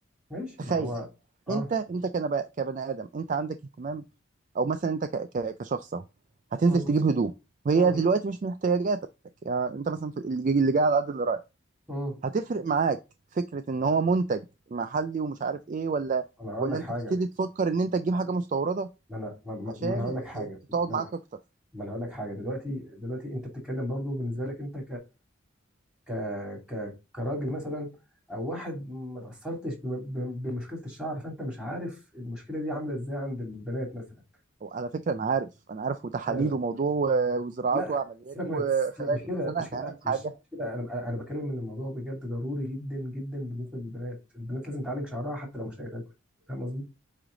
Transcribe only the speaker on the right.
تخيل
انت انت كنب- كبني ادم انت عندك اهتمام او مثلا انت ك- ك- كشخص اهو هتنزل
تجيب هدوم وهي
دلوقتي مش من احتياجاتك يعني انت مثلا في- اللي اللي جاي على قد اللي رايح
هتفرق معاك فكرة ان هو منتج محلي ومش عارف ايه ولا
ولا
انت
تبتدي تفكر ان انت تجيب حاجة مستوردة
عشان
ت-
تقعد معاك
اكتر
على فكرة انا عارف انا عارف وتحاليل
وموضوع و- وزراعات
وعمليات
وخلايا
بس انا
هفهمك
حاجة